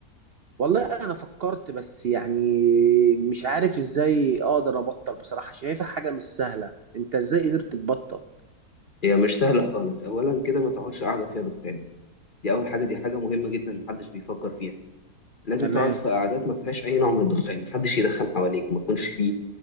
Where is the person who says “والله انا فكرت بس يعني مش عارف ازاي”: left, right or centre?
Right